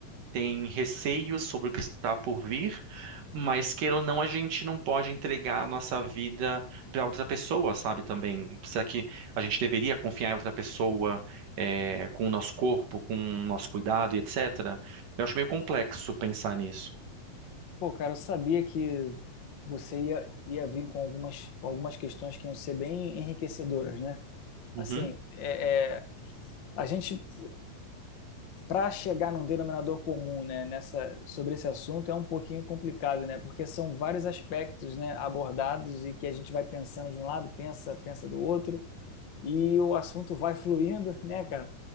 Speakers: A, on the right (about 70°); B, on the left (about 50°).
A: tem receios sobre o que está por vir, mas queira ou não, a gente não pode entregar a nossa vida para outra pessoa, sabe? Também. Será que a gente deveria confiar em outra pessoa, é, com o nosso corpo, com o nosso cuidado e etc? Eu acho meio complexo pensar nisso.
B: Pô, cara, eu sabia que você ia, ia vir com algumas, algumas questões que iam ser bem enriquecedoras, né?
A: Uhum.
B: Assim, é, é, a gente, para chegar num denominador comum, né, nessa, sobre esse assunto é um pouquinho complicado, né? Porque são vários aspectos, né, abordados e que a gente vai pensando de um lado, pensa, pensa do outro. e o assunto vai fluindo, né, cara?